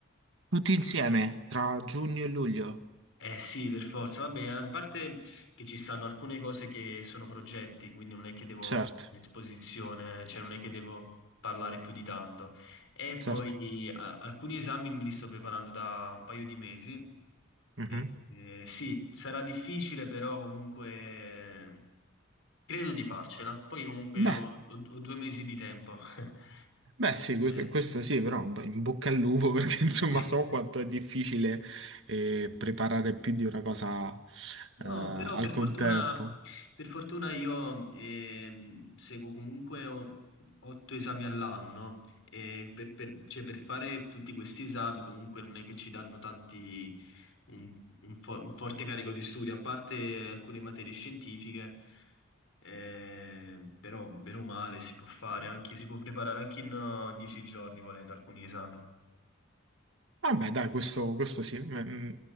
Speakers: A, on the right; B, on the left.
A: Tutti insieme, tra giugno e luglio.
B: Eh sì, per forza. Vabbè, a parte che ci stanno alcune cose che sono progetti, quindi non è che devo
A: Certo,
B: esposizione, cioè non è che devo parlare più di tanto. E
A: certo.
B: poi a- alcuni esami me li sto preparando da un paio di mesi.
A: Mhm.
B: E, eh, sì, sarà difficile, però comunque eh, credo di farcela. Poi comunque
A: Beh,
B: ho, ho- ho due mesi di tempo. <laughs>
A: beh, sì, questo,
B: Eh.
A: questo sì, però in bocca al lupo <laughs> perché insomma
B: <laughs>
A: so quanto è difficile eh, preparare più di una cosa
B: No,
A: eh, al
B: però per fortuna,
A: contempo.
B: per fortuna io ehm, seguo comunque o- otto esami all'anno e per, per- cioè, per fare tutti questi esami comunque non è che ci danno tanti, un, un fo- un forte carico di studio, a parte alcune materie scientifiche, eh, però bene o male si può fare, anche, si può preparare anche in eh, dieci giorni volendo alcuni esami.
A: Vabbè, dai, questo, questo sì, eh, mm,